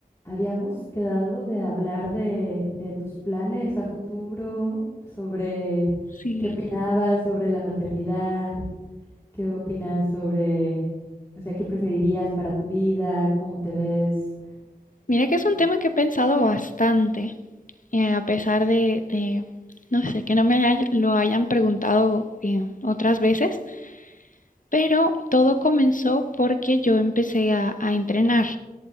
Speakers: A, on the left; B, on the left.
A: Habíamos quedado de hablar de, de tus planes a futuro, sobre
B: Sí,
A: qué opinabas sobre la maternidad, qué opinas sobre, o sea, qué preferirías para tu vida, cómo te ves.
B: mira que es un
A: Lo-
B: tema que he pensado bastante, eh, a pesar de, de, no sé, que no me hay- lo hayan preguntado eh, otras veces, pero todo comenzó porque yo empecé a, a entrenar